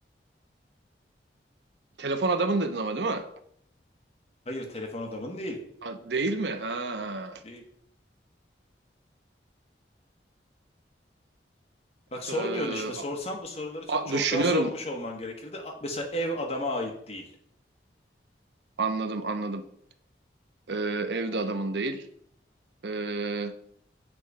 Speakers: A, on the right; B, on the left.
A: Telefon adamın dedin ama değil mi?
B: Hayır, telefon adamın değil.
A: Ha, değil mi? Ha.
B: Değil. Bak sormuyorsun
A: Ee,
B: işte. Sorsan
A: a-
B: bu soruları ço-
A: a-
B: çoktan
A: düşünüyorum.
B: sormuş olman gerekirdi. A- Mesela ev adama ait değil.
A: Anladım, anladım. Ee, evde adamın değil. Ee,